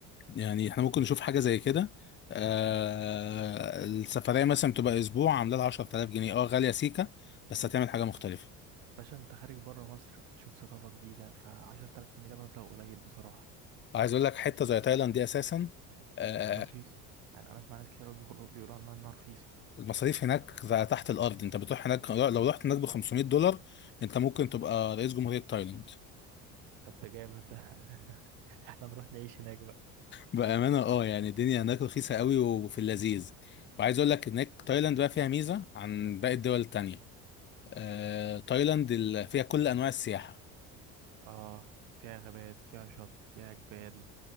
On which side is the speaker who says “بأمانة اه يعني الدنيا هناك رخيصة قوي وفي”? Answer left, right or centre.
Left